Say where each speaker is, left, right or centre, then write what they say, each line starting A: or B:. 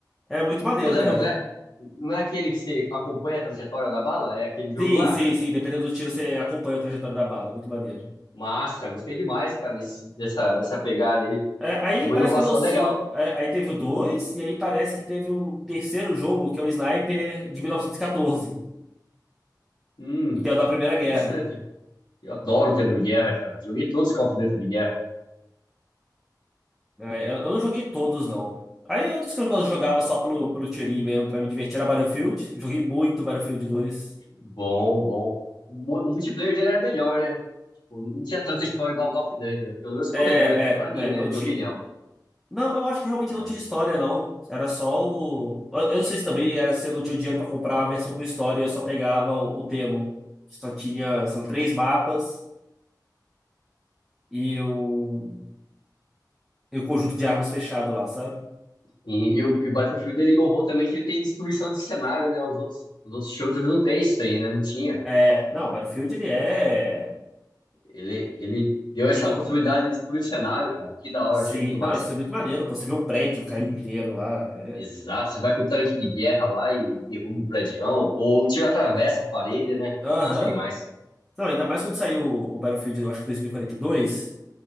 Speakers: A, in the centre; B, on the left.
A: É muito maneiro,
B: Eu lembro,
A: cara.
B: não é, não é aquele que você acompanha a trajetória da bala? É aquele jogo
A: Sim,
B: lá?
A: sim, sim. Dependendo do tiro, você acompanha a trajetória da bala. Muito maneiro.
B: Massa, gostei demais, cara, desse, dessa, dessa pegada aí.
A: É, aí
B: Foi uma
A: parece
B: inovação
A: que lançou.
B: legal.
A: é, aí teve o 2, e aí parece que teve um terceiro jogo, que é o Sniper de 1914,
B: Hum,
A: que é o da Primeira
B: interessante.
A: Guerra.
B: Eu adoro o tema de guerra, cara. Joguei todos os Call of Duty de guerra.
A: É, eu, eu não joguei todos, não. Aí outros que eu gosto- jogava só pelo, pelo tirinho mesmo, pra me divertir, era Battlefield. Joguei muito Battlefield dois
B: Bom, bom. O mu- o multiplayer dele era melhor, né? Tipo, não tinha tanta história igual o Call of Duty, né? Pelo menos que
A: É,
B: eu lembro, né? Pra
A: é,
B: mim,
A: né,
B: né?
A: não
B: Minha
A: tinha.
B: opinião.
A: Não, eu acho que realmente
B: Mas
A: não tinha história, não. Era só o. Eu eu não sei se também era se eu não tinha o dinheiro pra comprar a versão com história e eu só pegava o o demo. que Só tinha, sei lá, três mapas e o, e o conjunto de armas fechado lá, sabe?
B: E, e o, e o Battlefield ele inovou também que ele tem destruição de cenário, né? Os outros, os outros shooters não tem isso aí, né? Não tinha.
A: É, não, o Battlefield ele é.
B: Ele, ele deu essa
A: Ele.
B: possibilidade de destruir o cenário, cara. Que da hora,
A: sim,
B: achei muito
A: Não,
B: massa.
A: isso é muito maneiro, pô. Você vê o prédio caindo inteiro lá. É.
B: Exato, você vai com o tanque de guerra lá e derruba o predião, ou o tiro atravessa a parede, né?
A: Aham.
B: Massa demais.
A: Não, ainda mais quando saiu o o Battlefield, eu acho que 2042,